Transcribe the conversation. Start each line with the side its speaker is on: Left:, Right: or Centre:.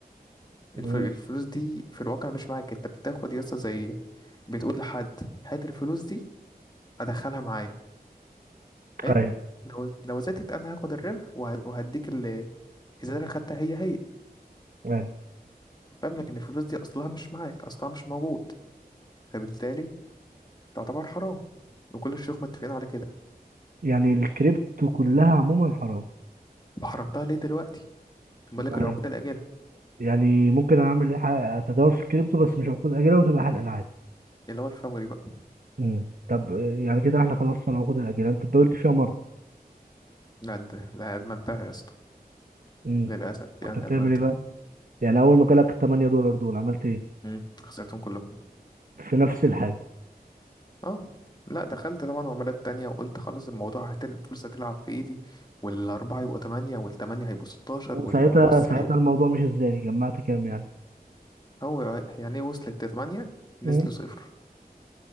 Right: مم.
Left: الف- الفلوس دي في الواقع مش معاك انت بتاخد يسطا زي بتقول لحد هات الفلوس دي ادخلها معايا حلو
Right: ايوه
Left: لو لو زادت انا هاخد الربح وه- وهديك ال اذا انا خدتها هي هي
Right: ايوه
Left: فاهم لكن الفلوس دي اصلها مش معاك اصلها مش موجود فبالتالي تعتبر حرام وكل الشيوخ متفقين على كده
Right: يعني الكريبتو كلها عموما حرام
Left: طب حرمتها ليه دلوقتي بقول لك
Right: يعني
Left: العقود الاجله
Right: يعني ممكن اعمل ح- اتداول في الكريبتو بس مش عقود اجله وتبقى حلقه عادي
Left: اللي هو الفوري بقى
Right: مم. طب آه، يعني كده احنا خلصنا العقود الاجله انت اتداولت فيها مره
Left: لا ده ده ادمنتها يا اسطى
Right: مم.
Left: للاسف
Right: كنت
Left: يعني
Right: بتعمل
Left: ادمنتها
Right: ايه بقى يعني اول ما جالك 8 دولار دول عملت ايه
Left: مم. خسرتهم كلهم
Right: في نفس الحاجه
Left: اه لا دخلت طبعا عملات تانية وقلت خلاص الموضوع هتل الفرصة تلعب في ايدي والأربعة يبقوا تمانية والتمانية هيبقوا ستاشر
Right: وساعتها
Left: والبص
Right: ساعتها
Left: هي
Right: الموضوع مش ازاي جمعت كام يعني
Left: هو يعني ايه وصلت لتمانية نزلوا
Right: مم.
Left: صفر